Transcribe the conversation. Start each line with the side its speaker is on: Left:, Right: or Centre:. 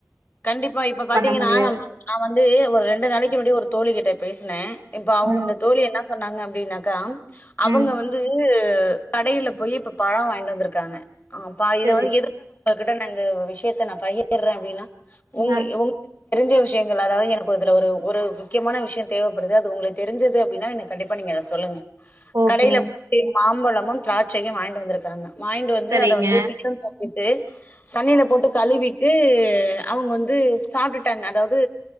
Left: கண்டிப்பா இப்ப பாத்தீங்கன்னா
Right: பண்ண முடியாது.
Left: நா வந்து ஒரு ரெண்டு நாளைக்கு முன்னாடியே ஒரு தோழி கிட்ட பேசுனே இப்ப அவுனுங்க
Right: ம்.
Left: தோழி என்னா பண்ணாங்க அப்டின்னாக்கா அவங்க
Right: ம்.
Left: வந் அது கடையில போய் இப்ப பழோ வாங்கிட்டு வந்திருக்காங்க பாதி
Right: சரி.
Left: இத வந்து எடுத் ஒங்ககிட்ட நாங்க விஷயத்த நா பகிர்றே அப்டின்னா ஒங்க
Right: அ
Left: ஒங்க தெரிஞ்ச விஷயங்கள் அதாவ் எனக்கு அதுல ஒரு ஒரு முக்கியமான விஷயோ தேவப்படுது அது உங்களுக் தெரிஞ்சது அப்டின்னா எனக் கண்டிப்பா நீங்க அத சொல்லுங்க
Right: ஓகே.
Left: கடைல போயி மாம்பழமும் திராட்சையு வாங்கிட்டு வந்துருக்காங்க வாங்கிட்டு வந்து
Right: சரிங்க.
Left: அத வந்து <unintelligible> போட்டுட்டு தண்ணில போட்டு
Right: ம்.
Left: கழுவிட்டு அவங்க வந்து சாப்ட்டுட்டாங்க அதாவ்து